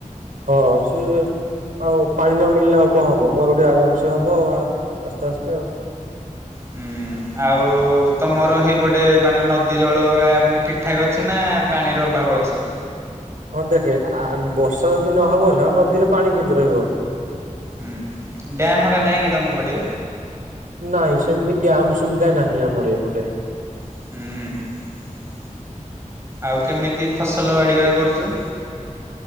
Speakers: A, on the right; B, on the right.
A: ହଁ ସେ ଆଉ ପାଣି ନ ମିଳିଲେ ଆଉ କଣ ହବ ମରୁଡ଼ି ଆରାମସେ ହବ ଆ ଆସ୍ତେ ଆସ୍ତେ ଆଉ।
B: ହୁଁ ଆଉ ତମର ହେଇପଟେ ମାନେ ନଦୀଜଳ ହକା ଠିକ୍ ଠାକ୍ ଅଛି ନା ନା ପାଣିର ଅଭାବ ଅଛି।
A: ହଁ ଦେଖେ ଆ ବର୍ଷା ଯଦି ନହବ ହେଲେ ଆଉ ନଦୀରେ ପାଣି କେମିତି ରହିବ ଆଉ।
B: ହୁଁ ଡ୍ୟାମ୍ ହେକା ନାଇଁ କି ତମ ପଟେ?
A: ନାଇଁ ସେମିତି ଡ୍ୟାମ୍ ସୁବିଧା ନାହିଁ ଆମର ଏପଟେ।
B: ହୁଁ। ଆଉ କେମିତି ଫସଲବାଡ଼ିି ହେକା କରୁଛ?